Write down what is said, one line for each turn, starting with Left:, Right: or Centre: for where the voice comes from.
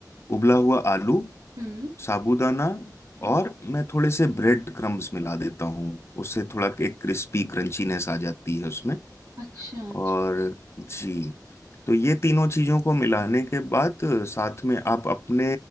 Left: उबला हुआ आलू
Right: हम्म
Left: साबूदाना
Right: हम्म,
Left: और मैं थोड़े से ब्रेड क्रम्स मिला देता हूँ उससे थोड़ा एक क्रिस्पी क्रंचीनेस आ जाती है उसमें
Right: अच्छा अच्छा
Left: और जी तो ये तीनों चीजों को मिलाने के बाद अ, साथ में आप अपने